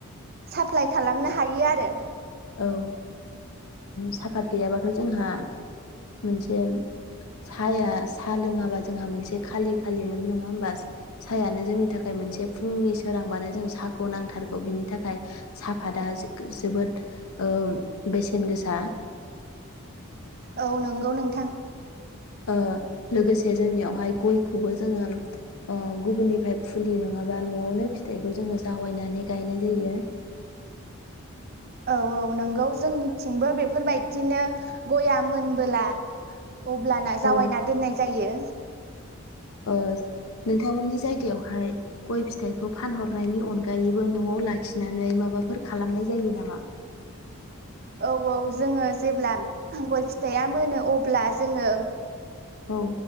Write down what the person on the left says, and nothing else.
औ साफात गैयाबाथ' जोंहा मोनसे साया साहा लोङाबा जोंहा मोनसे खालि खालि मोनो नङा होमबा साहायानो जोंनि थाखाय मोनसे फुंनि सोरांबानो जों साहाखौ नांथारगौ बिनि थाखाय साफादा जोबोद ओ बेसेन गोसा
ओ लोगोसे जोंनियावहाय गयखौबो जोङो ओ गुबुननिफ्राय फुलि नङाबा न'आवनो फिथाइखौ जोङो जावायनानै गायनाय जायो
औ
ओ नोंथांमोननि जायगायावहाय गय फिथाइखौ फानहरनायनि अनगायैबो न'आव लाखिनानै माबाफोर खालामनाय जायो नामा
औ